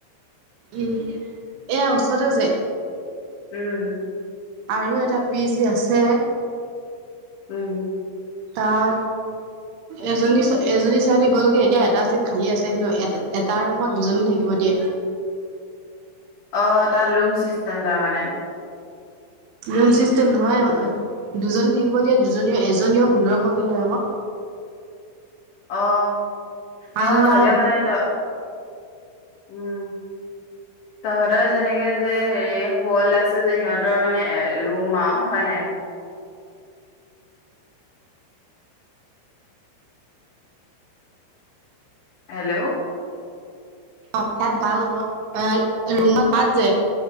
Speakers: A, on the right; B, on the left.
A: উম এয়াচ সিহঁতৰ যে
B: উম
A: আৰু এটা পিজ আছে
B: উম
A: তাত এজনী এজনী ছোৱালী গ'ল কে এতিয়া এটা চিট খালী আছে হেনো এটা এটা ৰুমত দুজনী থাকিব কিব দিয়ে
B: অ তাৰ ৰুম চিষ্টেম টা মানে
A: ৰুম চিষ্টেম নহয় দুজনী থাকিব দিয়া দুজনীও এজনীও ষোল্ৰশকে লৈ আক
B: আহ নহয়
A: আলনা
B: হ'লেও মানে ত উম তহঁতৰ যেনেকে যে হেৰি হল আছে যে সিহঁতৰ মানে এ ৰুম আৰু হয় নাই হেল্লৌ
A: অ তাত ভাল ব ৰুমত তাত যে